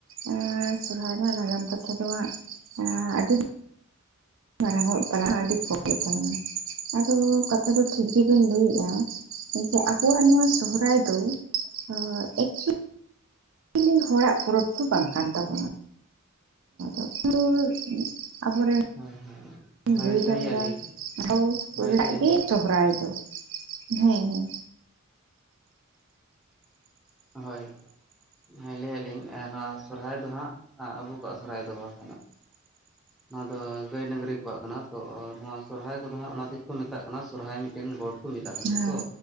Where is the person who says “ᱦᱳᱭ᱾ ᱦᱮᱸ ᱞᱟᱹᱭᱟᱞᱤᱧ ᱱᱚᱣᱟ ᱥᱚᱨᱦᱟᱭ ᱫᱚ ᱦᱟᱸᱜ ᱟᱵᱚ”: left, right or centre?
Centre